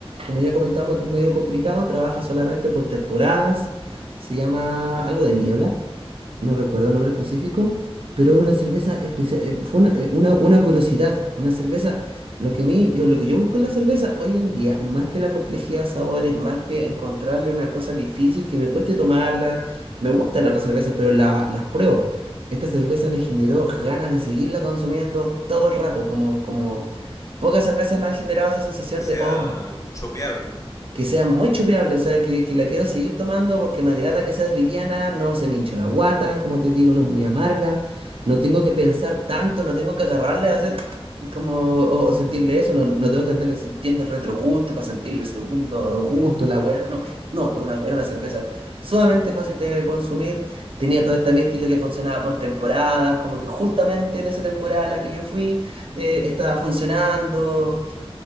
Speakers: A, on the right (about 65°); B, on the left (about 30°).
A: como ya comentamos que es medio complicado, trabaja solamente por temporadas, se llama algo de niebla, no recuerdo el nombre específico, pero es una cerveza especial, fue una, eh, una- una curiosidad, una cerveza, lo que a mí, yo, lo que yo busco en la cerveza hoy en día, más que la complejidad de sabores, más que encontrarle una cosa difícil que me cueste tomarla, me gustan las otras cervezas, pero la- las pruebo. Esta cerveza me generó ganas de seguirla consumiendo todo el rato, como, como pocas cervezas me han generado esa sensación
B: Que sea
A: de, oh,
B: chopeable.
A: que sea muy chupeable, o sea, que, que la quiero seguir tomando porque me agrada que sea liviana, no se me hincha la guata, como te digo, no es muy amarga, no tengo que pensar tanto, no tengo que agarrarle a hacer como, o, o sentirle eso, no, no tengo que andarle sintiendo el retrogusto para sentirle el segundo gusto, la weá, no, no, era una, era una cerveza sumamente fácil de consumir, tenía toda esta mística que funcionaba por temporadas, como que justamente en esa temporada a la que yo fui, eh, estaba funcionando.